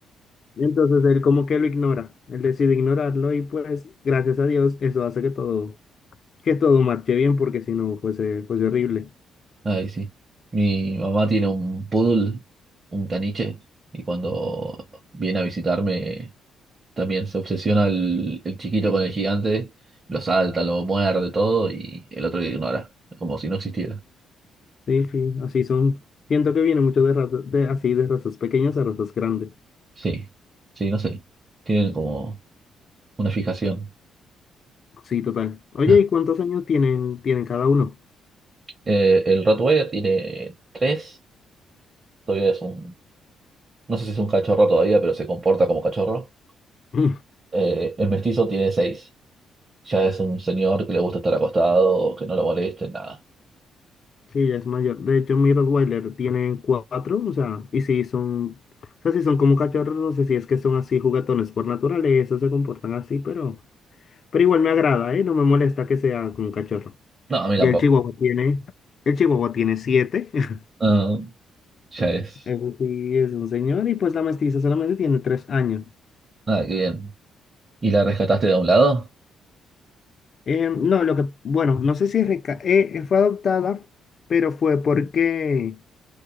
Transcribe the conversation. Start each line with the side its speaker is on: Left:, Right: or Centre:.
Left: Entonces él como que lo ignora, él decide ignorarlo y pues gracias a Dios eso hace que todo, que todo marche bien porque si no fuese, fuese horrible.
Right: Ay, sí. Mi mamá tiene un poodle, un caniche, y cuando viene a visitarme También se obsesiona el, el chiquito con el gigante, lo salta, lo muerde, todo, y el otro lo ignora, como si no existiera.
Left: Sí, sí, así son. Siento que viene mucho de razas, de así de razas pequeñas a razas grandes.
Right: Sí, sí, no sé. Tienen como una fijación.
Left: Sí, total. Oye,
Right: <laughs>
Left: ¿y cuántos años tienen, tienen cada uno?
Right: Eh, el Rottweiler tiene tres, todavía es un, no sé si es un cachorro todavía, pero se comporta como cachorro.
Left: <clears throat>
Right: Eh, el mestizo tiene seis, ya es un señor que le gusta estar acostado, que no lo molesten, nada.
Left: Sí, ya es mayor. De hecho, mi Rottweiler tiene cuatro, o sea, y sí son, o sea, sí son como cachorros, no sé si es que son así juguetones por naturaleza, se comportan así, pero Pero igual me agrada, ¿eh? No me molesta que sea como un cachorro.
Right: No, a mí tampoco.
Left: Y el chihuahua tiene, el chihuahua tiene siete. <laughs>
Right: Ah, ya es.
Left: Eso sí, es un señor. Y pues la mestiza solamente tiene tres años.
Right: Ah, qué bien. ¿Y la rescataste de un lado?
Left: Eh, no, lo que, bueno, no sé si reca- eh, eh, fue adoptada, pero fue porque,